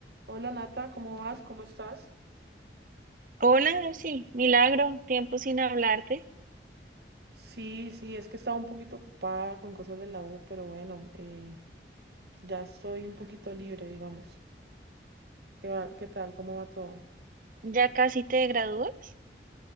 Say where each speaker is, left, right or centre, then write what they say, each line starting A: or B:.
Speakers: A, on the right; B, on the right.
A: Hola Nata, ¿cómo vas? ¿Cómo estás?
B: Hola, sí, milagro, tiempo sin hablarte.
A: Sí, sí, es que estaba un poquito ocupada con cosas de la U, pero bueno, eh, ya estoy un poquito libre, digamos. ¿Qué va- qué tal? ¿Cómo va todo?
B: ¿Ya casi te gradúas?